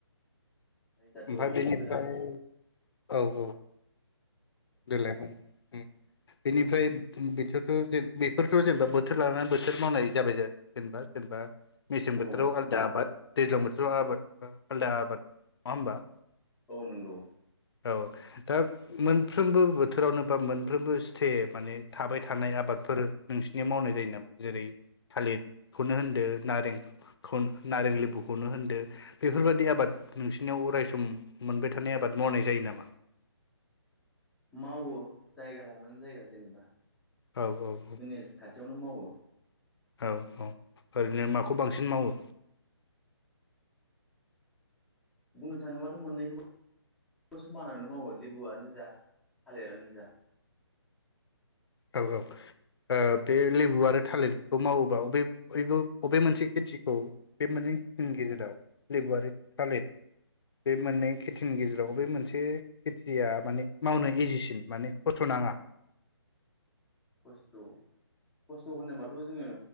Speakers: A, in the centre; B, on the left.
A: दाथ'
B: ओमफ्राय बेनिफ्राय
A: गोजां
B: औ औ देलाय औ ओम बेनिफ्राय बेखौथ' बेफोरथ' जेनेबा बोथोर लानानै बोथोर मावनाय जाबाय जेनेबा जेनेबा मेसें
A: औ
B: बोथोराव आलदा आबाद दैज्लां बोथोराव आबाद आलदा आबाद नङा होमबा?
A: औ नोंगौ।
B: औ दा मोन मोनफ्रोमबो बोथोरावनो बा मोनफ्रोमबो स्टे माने थाबाय थानाय आबादफोर नोंसिनियाव मावनाय जायो नामा? जेरै थालिरखौनो होनदो नारेंखौ नारें लेबुखौनो होनदो बेफोरबादि आबाद नोंसिनियाव अराय सम मोनबाय थानाय आबाद मावनाय जायो नामा?
A: मावो जायगा लानानै जायगा जेनेबा
B: औ औ औ।
A: जोंनि खाथियावनो मावो।
B: औ औ ओरैनो माखौ बांसिन मावो?
A: बुंनो थाङोबाथ' मोननैखौ समानानानै मावो लेबुआनो जा थालिरानो जा।
B: औ औ ओ बे लेबु आरो थालिरखौ मावोबा बबे बबो बबे मोनसे खेथिखौ बे मोननै खेथिनि गेजेराव लेबुआरो थालिर बे मोननै खेथिनि गेजेराव बबे मोनसे खेथिया माने मावनो इजिसिन माने खस्थ' नाङा।
A: खस्थ' खस्थ' होनोबाथ' जोङो